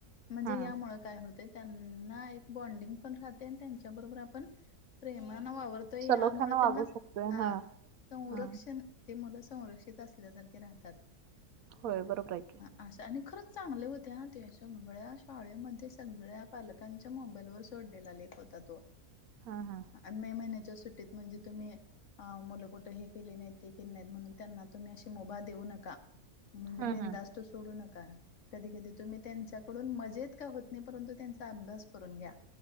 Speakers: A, on the left (about 55°); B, on the right (about 70°).
A: म्हणजे
B: हम्म.
A: यामुळ काय होते त्यांना एक बडिंग पण राहते आणि त्यांच्या बरोबर आप प्रेमान वावर त यामुळे
B: सलोख्यानं वागू
A: त्यांना
B: शकतोय.
A: हा संरक्षण
B: हम्म.
A: ते मुलं संरक्षित असल्यासारखे राहतात.
B: होय बरोबर आहे की.
A: असं आणि खरंच चांगले होते हा ते सगळ्या शाळेमध्ये सगळ्या पालकांच्या मोबाईलवर स सोडलेला लेख होता तो.
B: हा हा.
A: आणि मे महिन्याच्या सुट्टीत म्हणजे तुम्ही अ मुलं कुठ हे केले म्हणून त्यांना अशी मुबा देऊ नका म्हणजे
B: हम्म
A: बिनधास्त
B: हम्म
A: सोडू न कधी कधी तुम्ही त्यांच्याकडून मजेत का होत नाही परंतु त्यांच अस अभ्यास करून घ्या